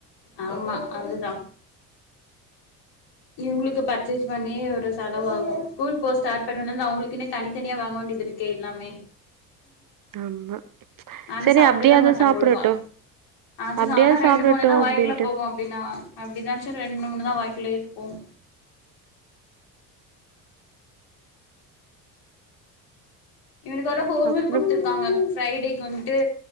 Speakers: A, on the left; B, on the right.
A: ஆமா அதுதா இவ்ங்ளுக்கு பர்ச்சேஸ் பண்ணி ஒரு செலவாகு ஸ்கூல் போ ஸ்டார்ட் பண்ணதுலருந்து அவ்ங்களுக்குனே தனித்தனியா வாங்க வேண்டியது இருக்கே எல்லாமே
B: ஆமா
A: ஆனா
B: சரி
A: சாப்டதா
B: அப்டியாது
A: மாட்டாங்கொழுங்கா
B: சாப்டட்டு
A: ஆச்சுது
B: அப்டியாது
A: ஆனா ரெண்டு
B: சாப்டட்டு
A: மூணுதா வாய்க்குல
B: அப்டின்ட்டு
A: போகு அப்டினா அப்டினாச்சு ரெண்டு மூணுதா வாய்க்குலே உம் இவனுக்கு வேற ஹோம்
B: அப்றோ
A: ஒர்க் குட்த்துருக்காங்க ஃப்ரைடேக் கு வந்ட்டு